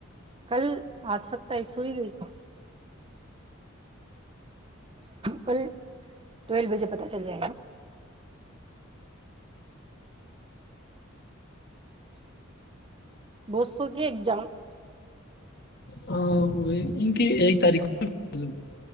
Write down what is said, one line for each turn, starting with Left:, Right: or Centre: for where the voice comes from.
Right: کل آج سک <inaudible> پائی سو ہی گئی کل ٹویل بجے پت چل رہا ہے بسو کی ایک جام
Left: ہاں وہ ان کی ایک تاریخ م <inaudible>